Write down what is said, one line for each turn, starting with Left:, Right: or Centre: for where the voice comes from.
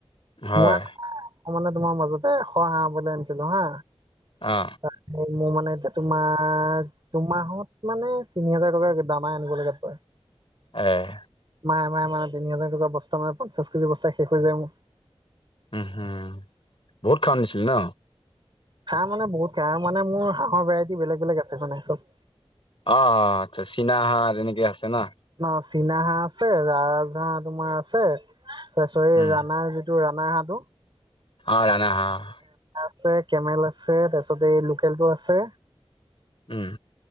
Left: হয়
Right: মই অকানে তোমাৰ মাজতে ক হা ব আনিছিলো হা,
Left: অ
Right: তাৰ মোৰ মানে এতিয়া তোমাৰ দুমাহত মানে তিনি হাজাৰ টকা দানা আনিব লগীয়াত পৰে।
Left: আহ।
Right: মাহে মাহে মানে তিনি হাজাৰ টকা বস্ত মানে পঞ্চাশ কেজি বস্ত শেষ হৈ যায় মোৰ।
Left: উম হম বহুত খাঅন দিছিলি ন'।
Right: খাহ মানে বহুত খাই আৰু মানে মোৰ হাঁহৰ ভেৰাইটি বেলেগ বেলেগ আছে মানে চব।
Left: অ', অ', আচ্ছা চীনাহাৰ এনেকে আছে ন'।
Right: ন চীনা হাঁহ আছে ৰাজহাঁহ তোমাৰ আছে তাৰিছ এই
Left: উম
Right: ৰানাৰ যিটো ৰানাৰ হা টো।
Left: অ', ৰানা হা অ'।
Right: আছে কেমেল আছে তাৰপিছত এই লোকেল টো আছে।
Left: উম।